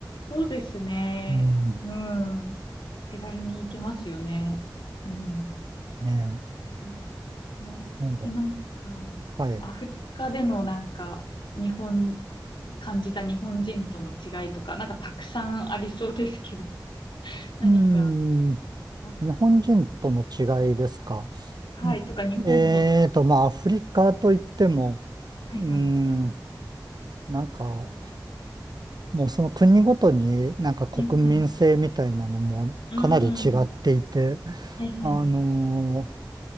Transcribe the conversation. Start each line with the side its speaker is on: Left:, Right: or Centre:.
Left: そうですね。
Right: うん、
Left: うん。手軽に行けますよね。うん。
Right: ね
Left: うーんえ、
Right: え、なんで、
Left: なんか、
Right: はい。
Left: アフリカでのなんか、日本、感じた日本人との違いとか、なんかたくさんありそうですけど、<laughs> 何かあ
Right: うん、
Left: りますか
Right: 日本人との違いですか。
Left: はい、
Right: うんえーと、
Left: とか日本との、
Right: まあ、アフリカといっても、
Left: はいはい。
Right: うん、なんか、もうその国ごとになんか国民性みたいなのもかなり違っていて、
Left: うん、うん、うーん、はいはい。
Right: あの